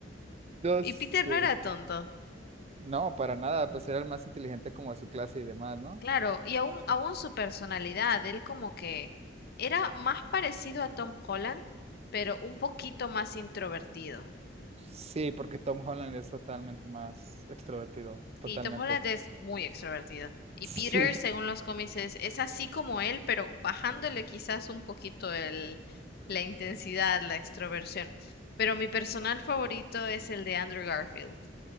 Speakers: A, on the right; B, on the left.
A: Yo
B: Y
A: sé.
B: Peter no era tonto,
A: No, para nada, pues era el más inteligente como de su clase y demás, ¿no?
B: claro, y aún, aún su personalidad, él como que era más parecido a Tom Holland, pero un poquito más introvertido.
A: Sí, porque Tom Holland es totalmente más extrovertido, totalmente.
B: Sí, Tom Holland es muy extrovertido. Y
A: Sí.
B: Peter, según los cómics, es, es así como él, pero bajándole quizás un poquito el, la intensidad, la extroversión. Pero mi personal favorito es el de Andrew Garfield.